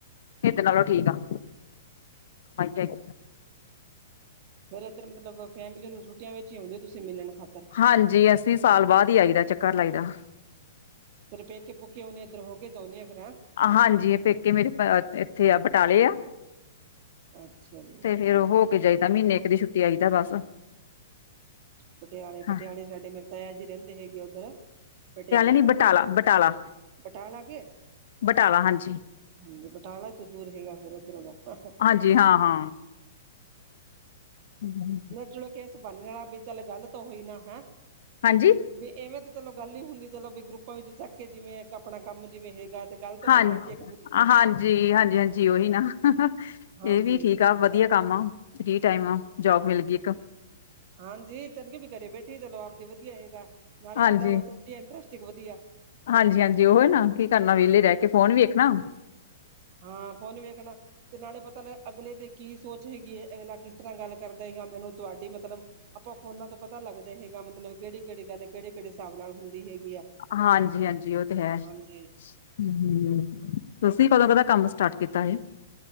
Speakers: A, on the left; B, on the right.
A: ਇਧਰ ਲਾ ਲਓ ਠੀਕ ਆ। ਹਾਈਜੈਕ
B: ਫਿਰ ਇਧਰ ਮਤਲਬ ਫੈਮਲੀ ਨੂੰ ਛੁੱਟੀਆ ਵਿੱਚ ਹੀ ਆਉੁੰਦੀ ਹੋ ਤੁਸੀਂ ਮਿਲਣ ਖਾਤਰ-
A: ਹਾਂਜੀ ਅਸੀਂ ਸਾਲ ਬਾਅਦ ਹੀ ਆਈ ਦਾ ਚੱਕਰ ਲਾਈ ਦਾ।
B: ਫਿਰ ਪੇਕੇ ਪੂਕੇ ਹੁਣੇ ਇਧਰ ਹੋ ਕੇ ਜਾ ਆਉਦੇ ਆ ਫਿਰ ਹਾਂ।
A: ਹਾਂਜੀ ਪੇਕੇ ਮੇਰੇ ਇੱਥੇ ਆ ਬਟਾਲੇ ਆ।
B: ਅੱਛਾ ਜੀ
A: ਤੇ ਫਿਰ ਹੋ ਕੇ ਜਾਈਦਾ ਮਹੀਨੇ ਇੱਕ ਦੀ ਛੁੱਟੀ ਆਈ ਦਾ ਬਸ
B: ਪਟਿਆਲੇ
A: ਹਾਂ
B: ਪਟਿਆਲੇ ਸਾਡੇ ਮੇਰੇ ਤਾਇਆ ਜੀ ਰਹਿੰਦੇ ਹੈਗੇ ਉੱਧਰ ਪਟਿਆਲੇ
A: ਨੀ
B: ਚ।
A: ਬਟਾਲਾ ਬਟਾਲਾ।
B: ਬਟਾਲਾ ਕੇ।
A: ਬਟਾਲਾ ਹਾਂਜੀ।
B: ਹਾਂਜੀ ਬਟਾਲਾ ਤੋਂ ਦੂਰ ਹੈਗਾ ਫਿਰ ਇਧਰ ਦਾ
A: ਹਾਂਜੀ ਹਾਂ ਹਾਂ ਹੂ,,,
B: ਉਜਲਾ ਕੇਸ ਬਣ ਜਾਣਾ ਚੱਲ ਗੱਲ ਤਾਂ ਉਹੀ ਨਾ ਹੈ।
A: ਹਾਂਜੀ
B: ਵੀ ਐਵੇਂ ਤਾਂ ਚਲੋ ਗੱਲ ਹੀ ਹੁੰਦੀ ਚਲੋ ਵੀ ਗਰੁੱਪਾਂ ਵਿੱਚ ਚੱਕ ਕੇ ਜਿਵੇਂ ਆਪਣਾ ਕੰਮ ਜਿਵੇਂ ਹੈਗਾ ਗਲਤ ਹੋ
A: ਹਾਂ
B: ਜਾਂਦੀ ਹੈ।
A: ਹਾਂਜੀ -ਹਾਂਜੀ -ਹਾਂਜੀ ਓਹੀ ਨਾ
B: ਹਾਂਜੀ
A: ਇਹ ਵੀ ਠੀਕ ਆ ਵਧੀਆ ਕੰਮ ਆ। ਫਰੀ ਟਾਈਮ ਆ ਜੋਬ ਮਿਲਗੀ ਇੱਕ।
B: ਹਾਂਜੀ। ਤਰਕੀ ਵੀ ਕਰੇ ਬੈਠੀ ਚਲੋ ਆਪਦੀ ਵਧੀਆ ਹੈਗਾ ਨਾਲੇ
A: ਹਾਂਜੀ,
B: ਗੱਲਾਂ ਹੋਤ ਵਧੀਆ ਇੰਟਰਸਟੀਗ ਵਧੀਆ।
A: ਹਾਂਜੀ -ਹਾਂਜੀ। ਉਏ ਨਾ ਕੀ ਕਰਨਾ ਵਿਹਲੇ ਰਹਿ ਕੇ ਫੋਨ ਵੇਖਣਾ।
B: ਹਾਂ, ਫੋਨ ਵੇਖਣਾ। ਤੇ ਨਾਲੇ ਪਤਾ ਲ ਅਗਲੇ ਦੇ ਕੀ ਸੋਚ ਹੈਗੀ ਏ, ਅਗਲਾ ਕਿਸ ਤਰ੍ਹਾਂ ਗੱਲ ਕਰਦਾ ਹੈ। ਯਾਂ ਮੈਨੂੰ ਤੁਹਾਡੀ ਮਤਲਬ ਆਪਾਂ ਫੋਨਾ ਤੋਂ ਪਤਾ ਲੱਗਦਾ ਹੈਗਾ ਮਤਲਬ ਕਿਹੜੀ -ਕਿਹੜੀ ਗੱਲ ਕਿਹੜੇ -ਕਿਹੜੇ ਹਿਸਾਬ ਨਾਲ ਹੁੰਦੀ ਹੈਗੀ ਆ।
A: ਹਾਂਜੀ -ਹਾਂਜੀ, ਉਹ ਤੇ ਹੈ। ਹਮ-ਮ
B: ਹਾਂਜੀ
A: ਤੁਸੀਂ ਕਦੋਂਕਦਾ ਕੰਮ ਸਟਾਰਟ ਕੀਤਾ ਇਹ।